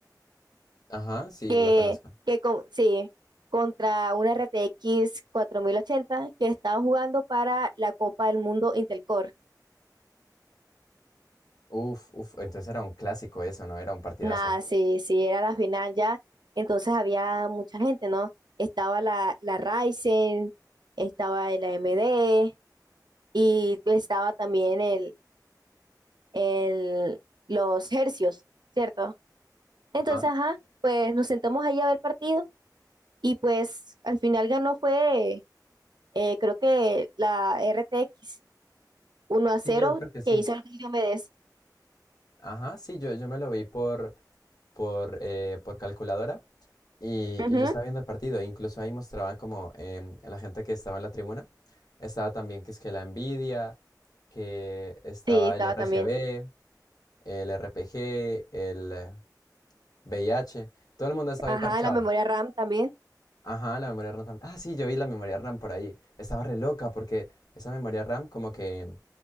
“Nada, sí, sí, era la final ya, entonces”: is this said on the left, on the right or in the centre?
Right